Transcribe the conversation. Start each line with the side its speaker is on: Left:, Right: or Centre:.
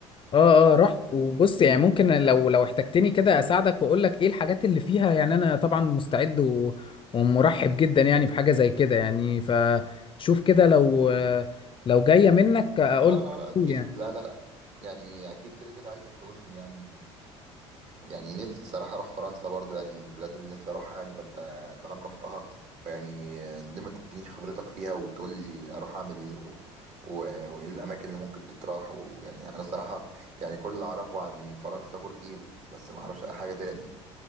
Left: اه اه رحت وبص يعني ممكن لو لو احتجتني كده اساعدك واقول لك ايه الحاجات اللي فيها يعني انا طبعا مستعد و... ومرحب جدا يعني بحاجة زي كده يعني فشوف كده لو لو جاية منك اقول
Right: اه
Left: لك على
Right: آه، اكيد
Left: طول يعني
Right: لا لا لا يعني اكيد كده كده عايزك تقول لي يعني يعني نفسي صراحة اروح فرنسا برضو يعني من البلاد اللي نفسي اروحها يعني فانت طالما رحتها فيعني آه، ليه ما تدينيش خبرتك فيها وتقول لي اروح اعمل ايه و... و... وايه الاماكن اللي ممكن تتراح ويعني انا صراحة يعني كل اللي اعرفه عن فرنسا برج ايفل بس ما اعرفش اي حاجة تاني